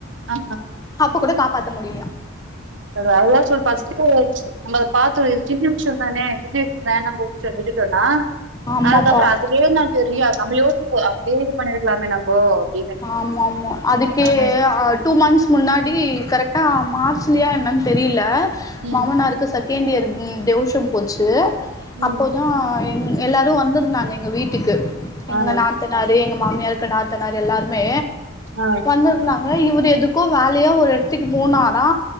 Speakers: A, on the right; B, on the left.
A: ஆ
B: அப்ப கூட காப்பாத்த முடிய்லியா
A: கட அதலா சொல் அ ஃபஸ்ட்டு நம்ம அத பத்தோ இது சின்ன விஷ்யோ தானே சின்ன விஷ்யோ தானே நம்ம விட்டுடோனா
B: ஆமாப்பா
A: அதுக்கப்பற அதுவே நா தெரியாது நம்ம யோசிப்போ அப்யே இது பண்ணிர்க்கலாமே நம்போ அப்டின்னு
B: ஆமாமா அதுக்கே
A: ஆமா
B: ஆட் டூ மந்த்ஸ் முன்னாடி கரெக்டா மார்ச் லியா என்னன் தெரியில
A: ம்
B: மாமனாருக்கு தககேண் இயர் ம் தெவுஷோ போச்சு
A: ம்
B: அப்போதா எங் எல்லாரு வந்துருந்தாங்க எங்க வீட்டுக்கு எங்க
A: ஆ
B: நாத்னாரு எங்க மாமியாருக்கு நாத்னார் டெல்லாருமே
A: அ
B: வந்துருந்தாங்க இவுர் எதுக்கோ வேலயா ஒரு எடத்துக்கு போனாரா